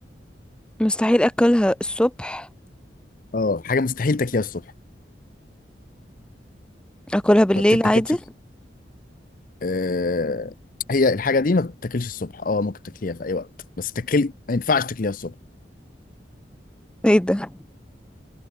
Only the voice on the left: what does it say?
اه حاجة مستحيل تاكليها الصبح
ما بتتاكلش
آه... هي الحاجة دي ما بتتاكلش الصبح اه ممكن تاكليها في اي وقت بس تاكل ما ينفعش تاكليها الصبح